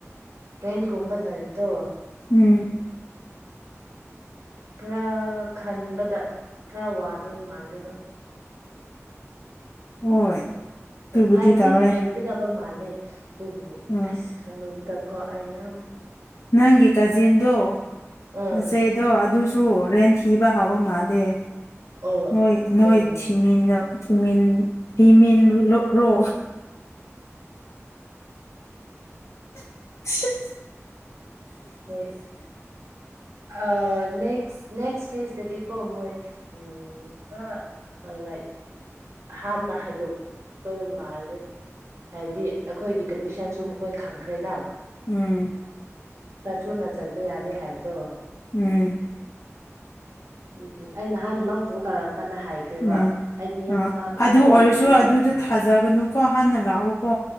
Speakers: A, on the right; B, on the left.
A: ꯇ꯭ꯔꯦꯟꯒꯣꯝꯕꯜꯗꯏꯕꯗꯣ
B: ꯎꯝ
A: ꯈꯔ ꯈꯟꯕꯗ ꯈꯔ ꯋꯥꯗꯣꯏ ꯃꯥꯜꯂꯦꯕ
B: ꯍꯣꯏ ꯑꯗꯨꯕꯨꯗꯤ
A: ꯂꯥꯏꯕꯗꯤ
B: ꯇꯧꯋꯦ
A: ꯂꯥꯏꯒꯗꯕ ꯃꯥꯜꯂꯦ ꯑꯗꯨꯕꯨ
B: ꯎꯝ
A: ꯑꯁ ꯈꯜꯂꯨꯕꯗ ꯀꯣ ꯑꯌꯥꯝ
B: ꯅꯪꯒꯤ ꯀꯥꯖꯤꯟꯗꯣ
A: ꯑꯥ
B: ꯅꯆꯦꯗꯣ ꯑꯗꯨꯁꯨ ꯔꯦꯟ
A: ꯑꯥ
B: ꯊꯤꯕ ꯍꯥꯎꯕꯝꯃ ꯃꯥꯗꯦ
A: ꯑꯣ
B: ꯅꯣꯏ ꯅꯣꯏ
A: ꯑꯣ
B: ꯊꯤꯃꯤꯅ ꯊꯤꯃꯤ ꯊꯤꯃꯤ ꯔꯣ <unintelligible>
A: ꯍꯣꯏ ꯑ ꯅꯦꯛꯁ ꯅꯦꯛꯁ ꯐꯦꯁꯇꯗꯤ ꯀꯣ ꯃꯣꯏ ꯎꯝ ꯂꯥꯏꯛ ꯍꯥꯟꯅ ꯍꯥꯏꯗꯣꯛꯇꯣꯏ ꯃꯥ ꯜꯂꯦ ꯍꯥꯏꯕꯗꯤ ꯑꯩꯈꯣꯏꯒꯤ ꯀꯟꯗꯤꯁꯟꯁꯨ ꯃꯈꯣꯏ ꯈꯪꯈ꯭ꯔꯦꯅ
B: ꯎꯝ
A: ꯈꯔ ꯊꯨꯅ ꯆꯠꯄ ꯌꯥꯗꯦ ꯍꯥꯏꯕꯗꯣ
B: ꯎꯝ
A: ꯑꯗꯨꯗꯤ ꯑꯩ ꯅꯍꯥꯟ ꯃꯥ ꯀꯣꯛ ꯇꯥꯔꯛ ꯀꯥꯟꯗ ꯍꯥꯏꯈ꯭ꯔꯦꯕ
B: ꯎꯝ
A: ꯑꯩꯗꯤ
B: ꯑ
A: ꯂꯥꯞꯅ
B: ꯑꯗꯨ
A: ꯂꯥꯛꯑꯦ
B: ꯑꯣꯏꯔꯁꯨ ꯑꯗꯨꯗ
A: ꯎꯝ
B: ꯊꯥꯖꯒꯅꯨꯀꯣ ꯍꯥꯟꯅ ꯂꯥꯛꯎꯀꯣ